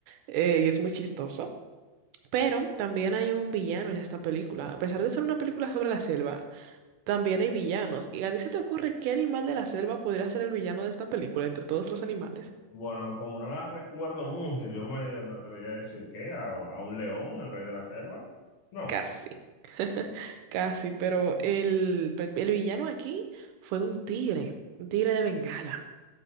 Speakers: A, on the right; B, on the left.
A: eh, y es muy chistoso. Pero también hay un villano en esta película. A pesar de ser una película sobre la selva, también hay villanos. ¿Y a ti se te ocurre qué animal de la selva podría ser el villano de esta película entre todos los animales?
B: Bueno, como no las recuerdo mucho, yo me, me atrevería a decir que a, a un león, el rey de la selva. No.
A: Casi, casi, pero el, pues, el villano aquí fue de un tigre, un tigre de Bengala.